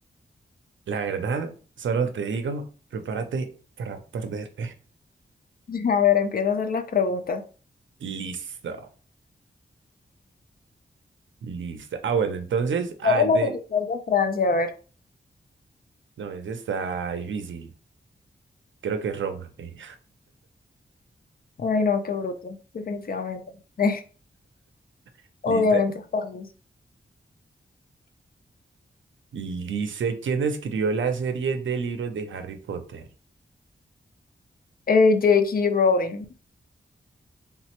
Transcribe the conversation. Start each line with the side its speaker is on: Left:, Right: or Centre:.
Right: <laughs> La verdad, solo te digo, prepárate para perder.
Left: <laughs> A ver, empiezo a hacer las preguntas.
Right: <laughs> Listo, listo. Ah, bueno, entonces, ah,
Left: ¿Cuál es
Right: de...
Left: la capital de Francia? A ver.
Right: no, ese está difícil, creo que es Roma. eh.
Left: Ay, no, qué bruto. Definitivamente. <laughs>
Right: <laughs>
Left: Obviamente,
Right: Listo.
Left: París.
Right: Dice, ¿quién escribió la serie de libros de Harry Potter?
Left: Eh, J.K. Rowling.